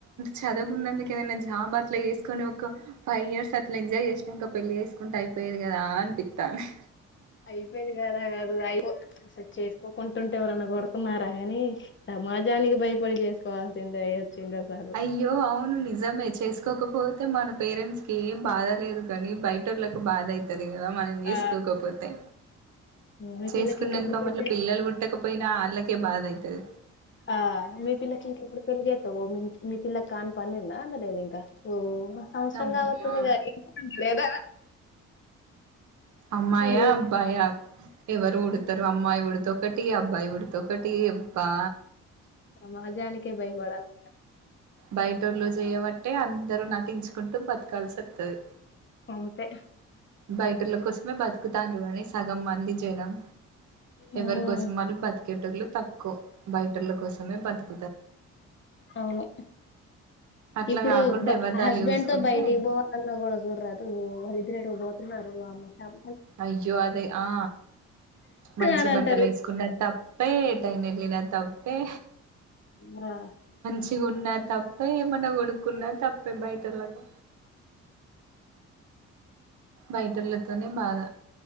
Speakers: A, on the right (about 70°); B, on the left (about 40°).
A: చదువుకున్నందుకు ఏదన్నా జాబ్ అట్ల చేేసుకొని ఒక ఫైవ్ ఇయర్స్ అట్లా ఎంజాయ్ చేసినంకా పెళ్లి చేేసుకుంటే అయిపోయేది కదా అనిపిత్తంది
B: అయిపోయేది గాదా రాజు అయిపోవు చేసుకోకుంట అంటే ఎవరన్నా కొడుతున్నారా గాని సమాజానికి భయపడి చేసుకోవాల్సిందే వచ్చింది అసలు
A: అయ్యో అవును నిజం నిజమే చేసుకోకపోతే మన పేరెంట్స్ కి ఏం బాధ లేదు కానీ బయటోళ్ళకు బాధ అయితది అదే గాదా మనం చేసుకోకపోతే
B: ఆ మీ
A: చేసుకున్నంకా
B: పిల్లకి ఇంకా ఎప్పుడు పెళ్లి
A: మల్ల
B: చే
A: పిల్లలు పుట్టకపోయినా ఆళ్ళకే అందుకే బాధ అయితది
B: ఆ మీ పిల్ల కింకా ఎప్పుడు పెళ్లి చేతవ్ ఓ మీ పిల్లాకాన్ప అందిందా అందలేదా ఇంకా సంవత్సరం
A: అమ్మా
B: కావత్తంది ఇగ లేదా
A: అమ్మాయా
B: అని
A: అబ్బాయా ఎవరు పుడుతరో అమ్మాయి పుడుతూ ఒకటి అబ్బాయి పుడితే ఒకటి అబ్బా
B: సమాజానికే భయపడాలా
A: బయటోళ్లు చేయబట్టే అందరూ నటించుకుంటూ బతకాల్సిఅత్తది
B: అంతే
A: బయటోల్ల కోసమే బతుకుతాన్రూ గని సగం మంది జనం
B: ఉమ్
A: ఎవరి కోసం వాళ్ళు బతికేటోళ్లు తక్కువ బయటోల్ల కోసమే బతుకు
B: అవును
A: అట్లా
B: ఇప్పుడు
A: కాకుండా ఎవరిదాళ్ళు
B: హస్బెండ్
A: చూసుకుంటే
B: తో బయటికి పోవాలన్నా కూడా చూరరాదు వాళ్లిద్దరూ ఎట్లా ఎవరి నాడుగలే అప్
A: అయ్యో అదే ఆ మంచి
B: అని
A: బట్టలు
B: అంటారు
A: ఏసుకున్న తప్పే టైమ్ అడిగినా తప్పే
B: ఆ
A: చిగా ఉన్నా తప్పే ఏమన్నా కొనుక్కున్నా తప్పే బయటోళ్ళకు బయటోళ్ళతోనే బాధ